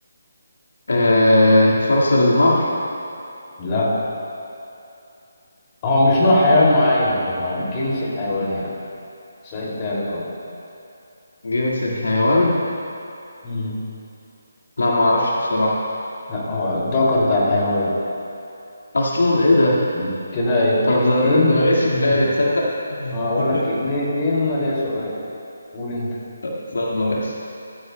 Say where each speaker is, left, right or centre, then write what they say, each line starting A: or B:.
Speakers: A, on the left; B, on the left.
A: آه فرس النهر
B: لا هو مش نوع حيوان معين هو جنس الحيوان يعني سهلتها لك اهو
A: جنس الحيوان
B: مم.
A: لا ما اعرفش بصراحة
B: لا هو الذكر بتاع الحيوان
A: اصلا ايه ده
B: مم. كده اتنين
A: طب ده,
B: اتنين
A: ده ما جاش في بالي
B: مم.
A: تصدق <laughs>
B: اه، اقول لك اتنين اتنين وانا ليا سؤال قول انت
A: طب صدمة ماشي